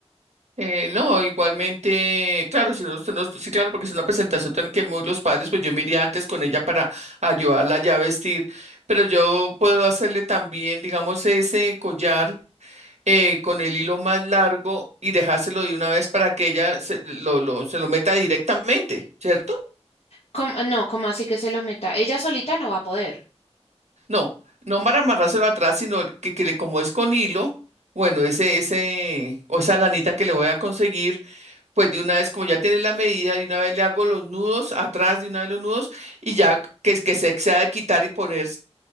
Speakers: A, on the right; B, on the left.
A: Eh, no, igualmente, claro, si no, si no- sí, claro, porque es una presentación tan que muy los padres, pues yo me iría antes con ella para ayudarla ya a vestir, pero yo puedo hacerle también, digamos, ese collar eh, con el hilo más largo y dejárselo de una vez para que ella se lo, lo- se lo meta directamente, ¿cierto?
B: ¿Cómo- No, ¿cómo así que se lo meta? Ella solita no va a poder.
A: No, no para amarrárselo atrás, sino que, que le- como es con hilo, bueno, ese, ese, o esa lanita que le voy a conseguir pues de una vez, como ya tienes la medida, de una vez le hago los nudos atrás, de una vez los nudos, y ya que, que se, que se ha de quitar y poner, o